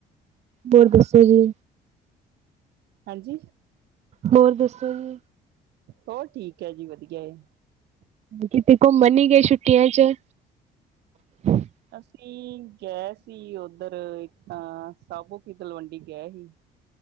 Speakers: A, on the right; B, on the right.
A: ਹੋਰ, ਦੱਸੋ ਜੀ?
B: ਹਾਂਜੀ।
A: ਹੋਰ ਦੱਸੋ ਜੀ।
B: ਹੋਰ ਠੀਕ ਹੈ ਜੀ ਵਧੀਆ ਏ।
A: ਕਿਤੇ ਘੁੰਮਣ ਨੀ ਗਏ, ਛੁੱਟੀਆਂ 'ਚ। <unintelligible>
B: ਅਸੀਂ ਗਏ ਸੀ, ਉੱਧਰ ਇੱਕ ਤਾਂ ਸਾਬੋ ਕੀ ਤਲਵੰਡੀ ਗਏ ਸੀ।